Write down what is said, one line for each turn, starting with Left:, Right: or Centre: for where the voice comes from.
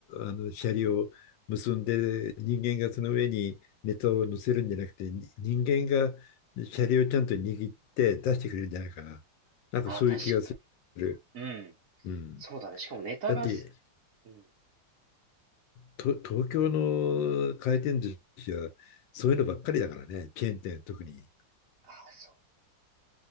Left: あの、シャリを結んで、人間がその上にネタを乗せるんじゃなくて、に人間がシャリをちゃんと握って出してくれるんじゃないかな。なんかそういう気がする。
Right: ああ確かに。うん。
Left: うん。
Right: そうだね。しかもネタがす、
Left: だって、
Right: うん。
Left: と、東京の回転寿司は、そういうのばっかりだからね、チェーン店特に。
Right: ああそう。